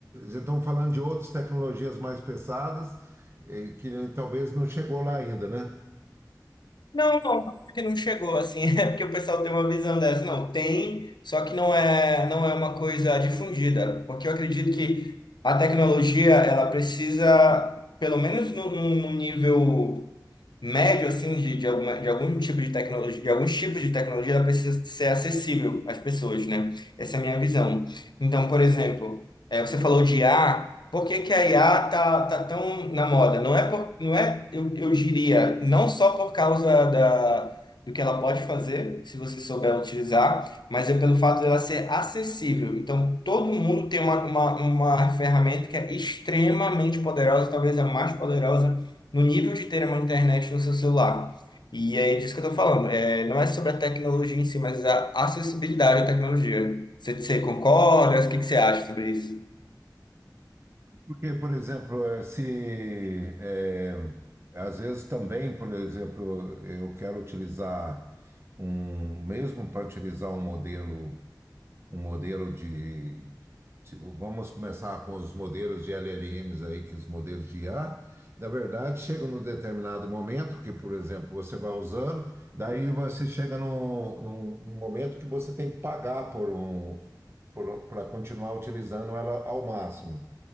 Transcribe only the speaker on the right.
eh, estamos falando de outras tecnologias mais pesadas, eh, que talvez não chegou lá ainda, né?
Porque, por exemplo, eh, se eh, às vezes também, por exemplo, eu quero utilizar um, mesmo para utilizar um modelo, um modelo de, se- vamos começar com os modelos de LLMs aí, que os modelos de IA, na verdade, chega num determinado momento que, por exemplo, você vai usando, daí você chega num, num num momento que você tem que pagar por um, para continuar utilizando ela ao máximo.